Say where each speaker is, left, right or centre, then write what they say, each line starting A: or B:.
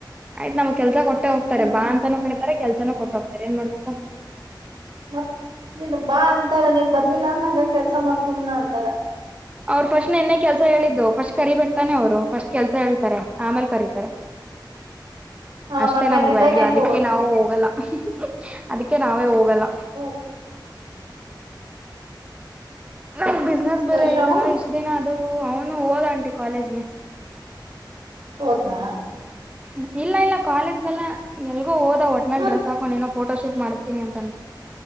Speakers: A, on the right (about 15°); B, on the right (about 70°).
A: ಆಯ್ತ್ ನಮ್ ಕೆಲ್ಸ ಕೊಟ್ಟೆ ಹೋಗ್ತಾರೆ
B: ಹ್ಮ್
A: ಬಾ ಅಂತಾನೂ ಕಡಿತಾರೆ ಕೆಲ್ಸಾನು ಕೊಟ್ ಹೋಗ್ತಾರೆ ಏನ್ ಮಾಡ್ಬೇಕು
B: ಮತ್ತ್ ನೀನ್ ಬಾ ಅಂತಾರ ನೀನ್ ಬರ್ಲಿಲ್ಲ ಅಂದ್ರ ಹಂಗ ಕೆಲ್ಸ ಮಾಡ ನಂತರ ಸುಮ್ ನಂತರ
A: ಅವ್ರು ಫಸ್ಟ್ ನಿನ್ನೆ ಕೆಲ್ಸ ಹೇಳಿದ್ದು ಫಸ್ಟ್ ಕರಿಬೇಕ್ತಾನೆ ಅವರು ಫಸ್ಟ್ ಕೆಲ್ಸ ಹೇಳ್ತಾರೆ ಆಮೇಲೆ ಕರೀತಾರೆ
B: ಹ
A: <inaudible> ಅಷ್ಟೇ
B: ಮತ್ ಹಂಗಿದ್ದಾಗ
A: ನಮಗ್ ವ್ಯಾಲ್ಯೂ
B: ಹೆಂಗ್
A: ಅದಿಕ್ಕೆ
B: ಹೋಗ್ಬಕ್ ನೀನ್
A: ನಾವು ಹೋಗಲ್ಲ ಅದಕ್ಕೆ ನಾವೇ ಹೋಗಲ್ಲ
B: ಹ
A: ನಮ್ ಬಿಸ್ನೆಸ್ ಬೇರೆ
B: ಶಬು
A: ಐತಲ್ಲಾ ಇಷ್ಟು ದಿನ ಅದು ಅವನು ಓದ ಆಂಟಿ ಕಾಲೇಜ್ಗೆ
B: ಹೋದ್ನಾ
A: ಹ್ಮ ಇಲ್ಲ ಇಲ್ಲ ಕಾಲೇಜ್ಗೆಲ್ಲ ಎಲ್ಲಿಗೋ ಹೋದ ಒಟ್ನಲ್ಲಿ
B: ಹ
A: ಡ್ರೆಸ್ ಹಾಕೊಂಡು ಏನೋ ಫೋಟೋಶೂಟ್ ಮಾಡಿಸ್ತೀನಿ ಅಂತ